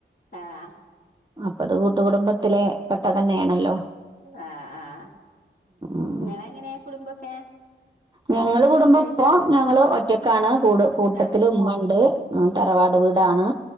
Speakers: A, on the left (about 45°); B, on the right (about 20°).
A: ആഹ്
B: അപ്പത് കൂട്ടുകുടുംബത്തില് പെട്ട തന്യാണല്ലോ
A: ആഹ് ആഹ്
B: ഉം
A: നിങ്ങളെങ്ങനെ കുടുംബൊക്കെ
B: ഞങ്ങള് കുടുംബപ്പോ
A: സ്വന്തായിട്ടാണോ
B: ഞങ്ങള് ഒറ്റക് ക്കാണ് കൂട് കൂട്ടത്തില്
A: ആഹ്
B: ഉമ്മണ്ട് ആ തറവാട് വ്ടാണ്
A: ആഹ്